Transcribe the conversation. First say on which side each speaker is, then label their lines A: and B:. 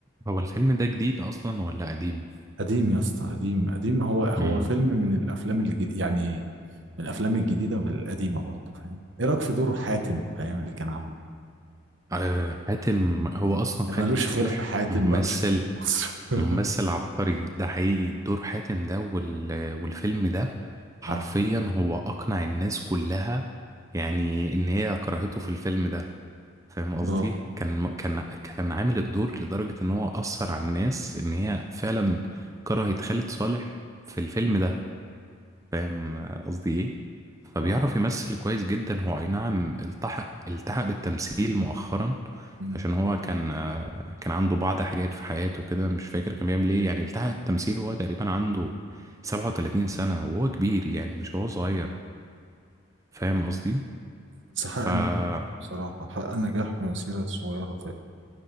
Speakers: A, on the right; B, on the right.
A: هو الفيلم ده جديد اصلا ولا قديم
B: قديم يا اسطى قديم قديم هو هو
A: مم.
B: فيلم من الافلام اللي جد... يعني من الافلام الجديده بالقديمه برضه فاهم ايه رايك في دور حاتم فاهم اللي كان عامله
A: آه، حاتم هو اصلا
B: اللي
A: خالد
B: مالوش
A: صالح
B: خير في حاتم
A: ممثل
B: مالوش خير في مصر <laughs>
A: ممثل عبقري ده حقيقي دور حاتم ده وال... والفيلم ده حرفيا
B: اه
A: هو اقنع الناس كلها يعني ان هي كرهته في الفيلم ده فاهم قصدي
B: اه
A: كان كان كان عامل الدور لدرجة ان هو اثر على الناس ان هي فعلا كرهت خالد صالح في الفيلم ده فاهم قصدي ايه فبيعرف
B: اه
A: يمثل كويس جدا هو اي نعم التحق التحق بالتمثيل مؤخرا
B: أمم.
A: عشان هو كان آه، كان عنده بعض حاجات في حياته كده مش فاكر كان بيعمل ايه يعني التحق التمثيل وهو تقريبا عنده 37 سنة وهو كبير يعني مش هو صغير فاهم قصدي
B: بس حقق
A: فده
B: نجاح بصراحة حقق نجاح في مسيرة صغيرة فعلا